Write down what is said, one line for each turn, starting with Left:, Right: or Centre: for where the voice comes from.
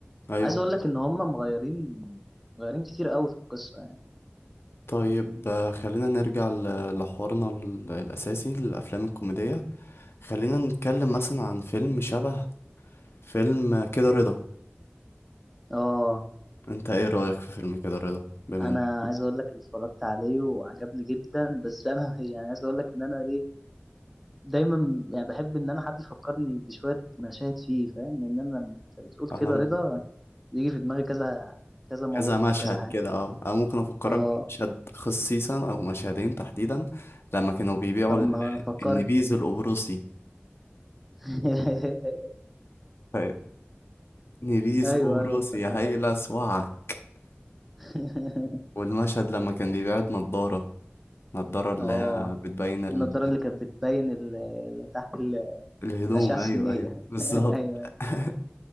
Left: ايوه
Centre: عايز اقول لك ان هم مغيرين مغيرين كتير قوي في القصة يعني
Left: طيب آه، خلينا نرجع ل- لحوارنا ال- الاساسي للافلام الكوميديه خلينا نتكلم مثلا عن فيلم شبه فيلم كده رضا
Centre: اه
Left: انت ايه رايك في فيلم كده رضا بما
Centre: انا
Left: ان
Centre: عايز اقول لك إن اتفرجت عليه وعجبني جدا بس انا <laughs> يعني عايز اقول لك ان انا ايه دايما يعني بحب ان انا حد يفكرني بشويه مشاهد فيه فاهم ان انا انت بتقول
Left: انا
Centre: كده
Left: م-
Centre: رضا بيجي في دماغي كذا كذا موقف
Left: كذا مشهد
Centre: وكذا حاجه
Left: كده اه انا ممكن افكرك
Centre: اه
Left: بمشهد خصيصا او مشهدين تحديدا لما كانوا بيبيعوا
Centre: طب
Left: ال-
Centre: ما فكرني
Left: النبيذ القبرصي
Centre: <laughs>
Left: ف- نبيذ
Centre: ايوه
Left: قبرصي
Centre: ايوه افتكرت
Left: يا هيلا اسوعك
Centre: <laughs>
Left: والمشهد لما كان بيبيع النضاره النضاره اللي
Centre: اه
Left: هي بتبين ال-
Centre: النضاره اللي كانت بتبين ال- ال- تحت ال-
Left: الهدوم
Centre: الاشعه السينيه
Left: ايوه ايوه بالظبط
Centre: <laughs> ايوه
Left: <laughs>
Centre: أيوة.